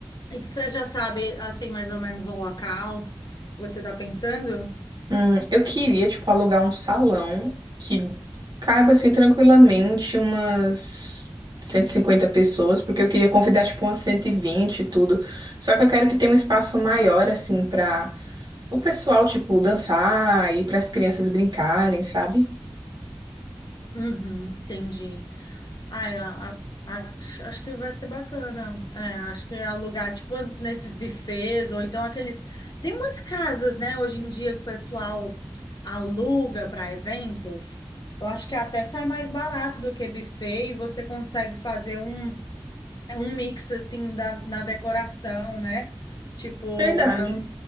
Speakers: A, on the left; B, on the right.
A: E você já sabe, assim, mais ou menos o local que você está pensando?
B: Hum, eu queria, tipo, alugar um salão que caiba, assim, tranquilamente umas 150 pessoas, porque eu queria convidar, tipo, umas 120 e vinte e tudo. Só que eu quero que tenha um espaço maior, assim, pra o pessoal, tipo, dançar e para as crianças brincarem, sabe?
A: Uhum, entendi. Ai, a, a- a- acho que vai ser bacana. É, acho que alugar, tipo, nesses bufês, ou então aqueles. Tem umas casas, né, hoje em dia que o pessoal aluga para eventos. Eu acho que até sai mais barato do que buffet e você consegue fazer um, um mix, assim, da, na decoração, né? Tipo,
B: Verdade.
A: para não